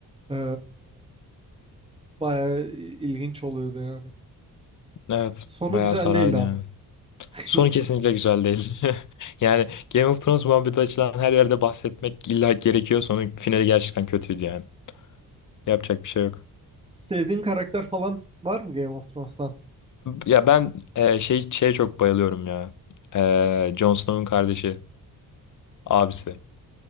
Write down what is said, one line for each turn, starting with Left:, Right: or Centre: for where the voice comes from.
Right: Ee, bayağı ilginç oluyordu yani.
Left: Evet.
Right: Sonu
Left: Bayağı
Right: güzel
Left: sarardı
Right: değildi ama.
Left: yani.
Right: <laughs>
Left: Sonu kesinlikle güzel değil. <laughs> Yani Game of Thrones muhabbeti açılan her yerde bahsetmek illa gerekiyor. Sonu finali gerçekten kötüydü yani. Yapacak bir şey yok.
Right: Sevdiğin karakter falan var mı Game of Thrones'tan?
Left: Ya ben e, şey şeye çok bayılıyorum ya. E, Jon Snow'un kardeşi, abisi.